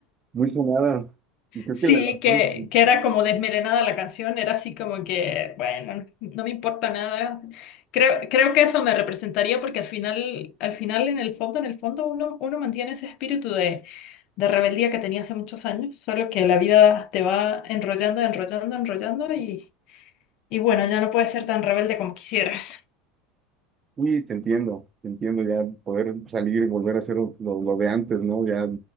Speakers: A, on the right; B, on the left.
A: muy sonada. Y creo
B: Sí,
A: que la, la-
B: que,
A: sí,
B: que era como desmelenada la canción, era así como que, bueno, no me importa nada. Creo, creo que eso me representaría porque al final, al final, en el fondo, en el fondo, uno, uno mantiene ese espíritu de, de rebeldía que tenía hace muchos años, solo que la vida te va enrollando, enrollando, enrollando y, y bueno, ya no puedes ser tan rebelde como quisieras.
A: sí, te entiendo, te entiendo ya poder salir y volver a hacer lo, lo de antes, ¿no? Ya